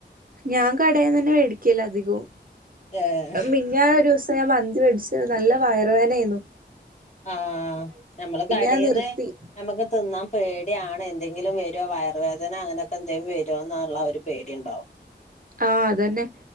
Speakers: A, on the right; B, on the left.
A: ഞാൻ കടയിൽന്ന് തന്നെ മേടിക്കല്ല അധികവും
B: ഏഹ്
A: മിന്നൻ ഒരു ദിവസം ഞാൻ മന്തി മേടിച്ച നല്ല വയറേനായിരുന്നു
B: ആഹ നഞമ്മള് കടന്ന്
A: ഞാൻ നിർത്തി
B: നഞമ്മുക്ക് തിന്നാൻ പേടിയാണ് എന്തെങ്കിലും വരുമോ വയറർ വേദന അങ്ങനെയൊക്കെ എന്തെിലും വരുമോന്നുള്ള ഒരു പേടി ഉണ്ടാവോ
A: ആ അതന്നെ